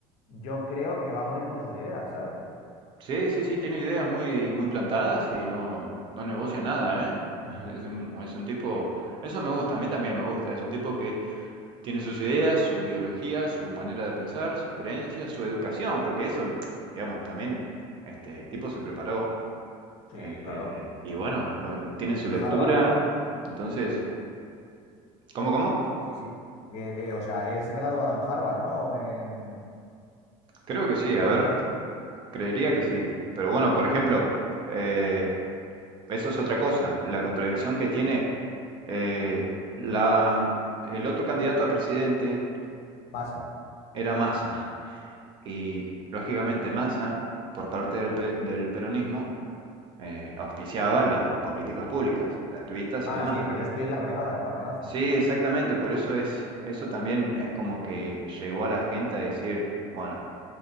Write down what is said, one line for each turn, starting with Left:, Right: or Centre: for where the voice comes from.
Left: yo creo que va a morir con sus ideas, ¿sabes?
Right: Sí, sí, sí, tiene ideas muy, muy plantadas y no, no negocia nada, ¿eh? <laughs> Es un, es un tipo, eso me gusta, a mí también me gusta, es un tipo que tiene sus ideas, su ideología, su manera de pensar, sus creencias, su educación, porque eso, digamos, también este, el tipo se preparó,
Left: Sí,
Right: este,
Left: claro.
Right: y bueno, eh, tiene su
Left: En
Right: lectura,
Left: Harvard, ¿no?
Right: entonces, ¿cómo, cómo?
Left: Sí, sí. Que, eh, o sea, es graduado en Harvard, ¿no? O en,
Right: Creo que sí, a
Left: en
Right: ver,
Left: una
Right: creería que sí, pero bueno, por ejemplo, eh, Eso es otra cosa. La contradicción que tiene eh, la, el otro candidato a presidente
Left: masa.
Right: era Massa. Y lógicamente Massa, por parte del, pe- del peronismo, eh, auspiciaba las políticas públicas, gratuitas
Left: Ah,
Right: y demás.
Left: sí, pero él estudia en la privada, el cabronazo.
Right: Sí, exactamente. Por eso es, eso también es como que llegó a la gente a decir, bueno,